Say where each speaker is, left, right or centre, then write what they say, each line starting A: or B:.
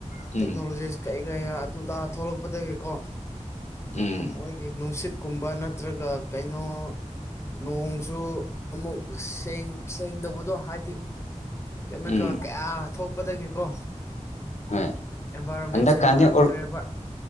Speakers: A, on the left; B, on the left.
A: ꯎꯝ
B: ꯇꯦꯛꯅꯣꯂꯣꯖꯤꯁ ꯀꯩ ꯀꯩꯌꯥ ꯑꯗꯨ‌ ꯊꯣꯛꯂꯛꯄꯗꯒꯤꯀꯣ
A: ꯎꯝ
B: ꯃꯣꯏꯒꯤ ꯅꯨꯡꯁꯤꯠꯀꯨꯝꯕ ꯅꯠꯇ꯭ꯔꯒ ꯀꯩꯅꯣ ꯅꯣꯡꯁꯨ ꯑꯃꯨꯛ ꯁ‌ꯦꯡ ꯁꯦꯡ ꯇꯧꯕ ꯑꯗꯣ ꯍꯥꯏꯗꯤ ꯀꯦꯃꯤꯀꯦꯜ
A: ꯎꯝ
B: ꯀꯌꯥ ꯊꯣꯛꯄꯗꯒꯤꯀꯣ
A: ꯍꯣꯏ
B: ꯑꯦꯟꯚꯥꯏꯔꯣꯟꯃꯦꯟꯁꯦ
A: ꯍꯟꯗꯛꯀꯥꯟꯗꯤ
B: ꯐꯔꯛꯇ꯭ꯔꯦꯕ
A: ꯑꯣꯔ